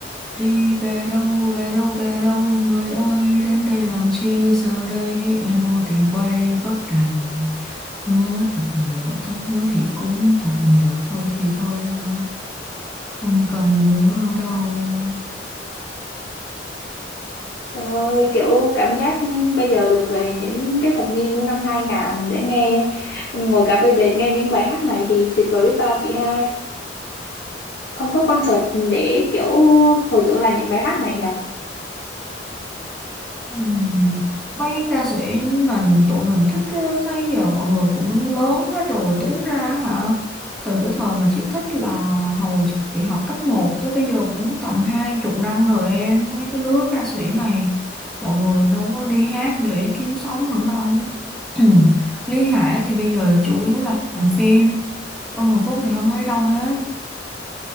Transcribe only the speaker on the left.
Trời ơi, kiểu cảm giác ừ, bây giờ được về những cái thập niên của năm 2000 để nghe ừ, ngồi cà phê bệt nghe những bài hát này thì tuyệt vời biết bao chị ha. Không có concert để kiểu hồi tưởng lại những bài hát này nhờ.